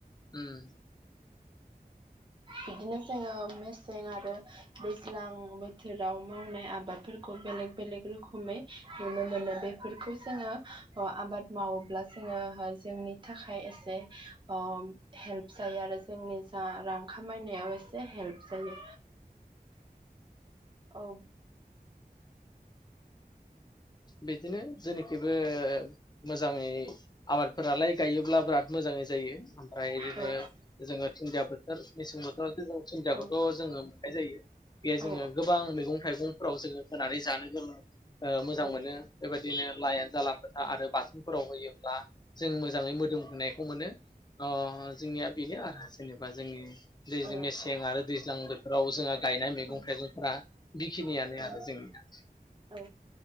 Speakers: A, on the left; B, on the right.
A: उम
B: बिदिनो जोङो मेसें आरो दैज्लां बोथोराव मावनाय आ बादफोरखौ बेलेग बेलेग रो खोमै नुनो मोनो बेफोरखौ जोङो अ आबाद मावोब्ला जोङो बा जोंनि थाखाय एसे अ हेल्प जायो आरो जोंनि जा खामायनायाव एसे हेल्प जायो। औ
A: बिदिनो जोंनिथिंबो मोजाङै आबादफोरालाय गायोब्ला बिराद मोजाङै जायो। ओमफ्राय इदिनो
B: औ
A: जोङो दुन्दिया बोथोर मेसें बोथोराव दुुनदियाखौथ
B: औ
A: जोङो मोननाय जायो बेहाय जोङो
B: औ
A: गोबां मैगं थाइगंफोराव जोङो होनानै जानो <unintelligible> मोजां
B: औ
A: मोनो बेबायदिनो लाया <unintelligible> बाथोनफोराव होयोब्ला जों मोजाङै मोदोम होनायखौ मोनो अ जोंनिया बेनो आरो। जेनेबा जोंनि दै
B: औ
A: मेसें आरो दैज्लां बोथोराव जोंहा गायनाय मैगं
B: औ
A: थाइगंफ्रा बेखिनियानो
B: औ
A: आरो जोंनिया।
B: औ